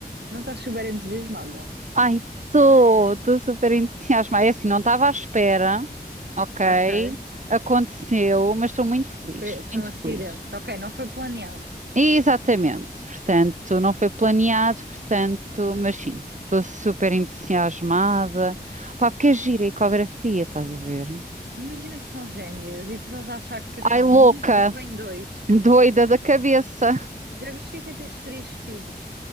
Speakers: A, on the right; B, on the right.
A: não estás super entusiasmada.
B: Ai, estou, estou super entusiasmada. É assim, não estava à espera, ok?
A: Ok,
B: Aconteceu, mas estou muito feliz,
A: foi, foi
B: muito
A: um acidente.
B: feliz.
A: Ok, não foi planeado.
B: Exatamente, portanto, não foi planeado, portanto, mas sim, estou super entusiasmada. Pá, porque é gira a ecografia, estás a ver?
A: Imagina que são gêmeos e tu estás a achar que é
B: Ai,
A: só
B: louca,
A: um e vem dois.
B: <laughs> doida da cabeça.
A: Já viste o que é que é teres três filhos?